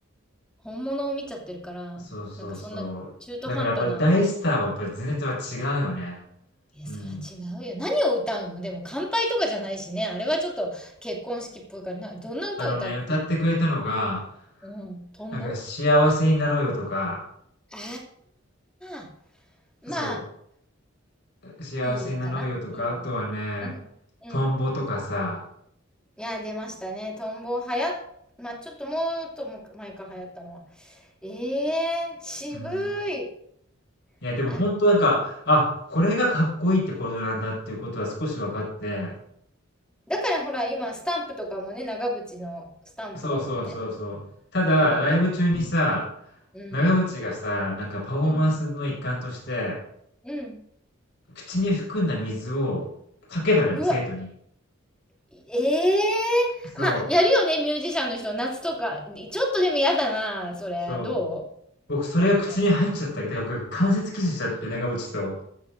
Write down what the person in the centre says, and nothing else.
本物を見ちゃってるからなんかそんな中途半端な
いやそれは違うよ何を歌うのでも乾杯とかじゃないしねあれはちょっと結婚式っぽいからなどんな歌歌って
うんトンボ
ああ、まあ、
いいかな。いいよね。
うん。うん。
いや、出ましたね。トンボ流行っ、まあ、ちょっともっとも前か流行ったのは。ええー、渋い。
あ、
だからほら、今、スタンプとかもね、長渕のスタンプだもんね。
ああ、
うん。
うん。うん。
うわ、
ええ
ー、まあ、やるよね、ミュージシャンの人。夏とか。ちょっとでも嫌だな、それ。
ど
ううん。